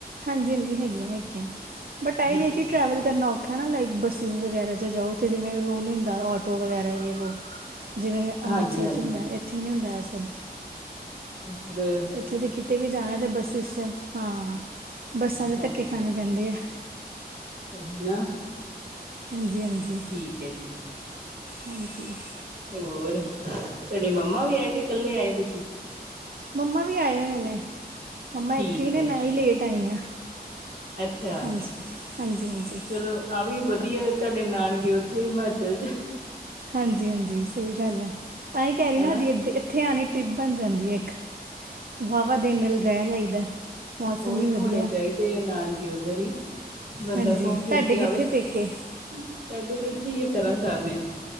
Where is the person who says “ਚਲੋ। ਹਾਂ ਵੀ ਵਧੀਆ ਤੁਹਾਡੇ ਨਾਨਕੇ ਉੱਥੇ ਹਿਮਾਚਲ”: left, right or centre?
Right